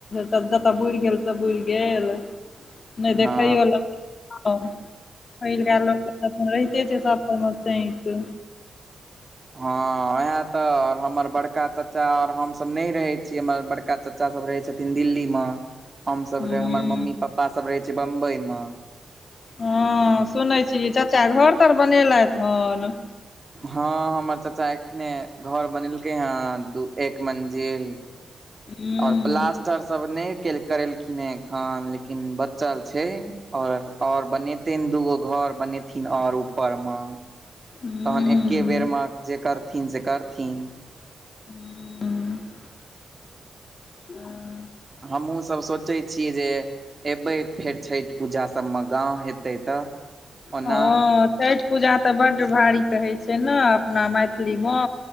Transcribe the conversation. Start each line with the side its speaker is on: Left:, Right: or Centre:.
Left: त जऽ बुरि गेल तऽ बुर गेल नहि देखैयो
Right: हँ
Left: ल ह पहिलक रहिते छै सब
Right: हँ उएहाँ तऽ हमर बड़का चाचा ओर हमसभ नहि रहै छीये हमर बड़ बरका चचा सब रहै छथिन दिल्ली मे हम सब
Left: हूँ
Right: हमर मम्मी पपा सब रहे छै बम्बई मे
Left: हँ सुनै छी चाचा घर तर बनेलथ हन
Right: हँ हमर चचा एखने घर बनेलकै हेँ दू एक मंजिल
Left: हूँ
Right: ओर प्लास्टरसभ नहि करेलखिन हे एखन लेकिन ब चल छै और और बनेतन दूगो घर बनेथिन ओर ऊपर मे
Left: हूँ
Right: तहन एक्के बेरमे जे करथिन से करथिन
Left: हूंम्म ह <inaudible>
Right: हमहूँसभ सोचै छियै जे एबै फेर छैट पूजा सबमे गाँव हेतै तऽ ओना
Left: हँ छैठ पूजा तऽ बड्ड भारी कहैत छै ने अपना मैथिलीमे